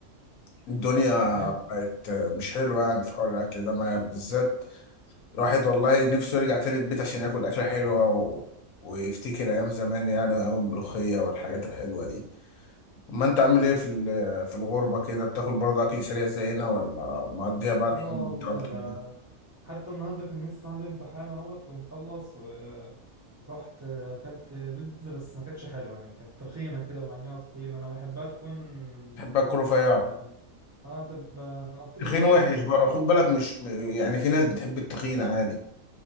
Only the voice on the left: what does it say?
الدنيا
بقت مش حلوه يعني في حوار الاكل ده معايا بالذات الواحد والله نفسه يرجع تاني البيت عشان ياكل اكله حلوه و... ويفتكر ايام زمان يعني وايام الملوخيه والحاجات الحلوه دي ما انت عامل ايه في ال- في الغربة كده بتاكل برضه اكل سريع زينا ولا مقضيها بقى الحمض
بتاع
بتطبخ
بحب اكل رفيع
تخين وحش
بقى خد بالك مش م- يعني في ناس بتحب التخين عادي